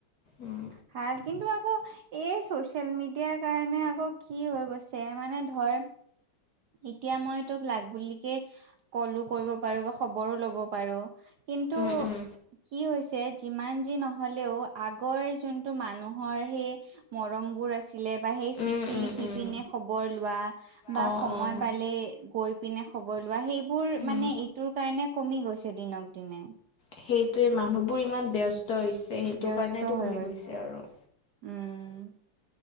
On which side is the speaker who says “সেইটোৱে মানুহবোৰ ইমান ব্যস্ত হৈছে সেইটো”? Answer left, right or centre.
Left